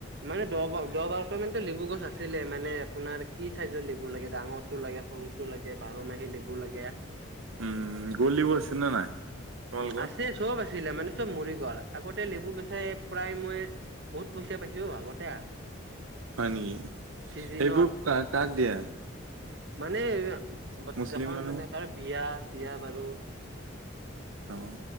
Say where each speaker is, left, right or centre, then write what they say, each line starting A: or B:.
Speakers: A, on the right (about 55°); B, on the right (about 85°).
A: মানে দহ বাৰটা মানতো লেবু গছ আছিলে মানে আপোনাৰ কি চাইজৰ লেবু লাগে ডাঙৰটো লাগে সৰুটো লাগে বাৰ মাহী লেবু লাগে।
B: উম গোলি বুইছো নে নাই তোমালোকৰ।
A: আছে চব আছিলে মানে চব মৰিগল আগতে লেবু বেচাই প্ৰায় মই বহুত পইচা পাইছো আগতে।
B: হয় নেকি
A: চিজনত
B: সেইবোৰ কা কাক দিয়া।
A: মানে এ
B: মুছলিম
A: যখন
B: মানুহক
A: মানে কাৰ বিয়া। বিয়া বাৰু
B: অ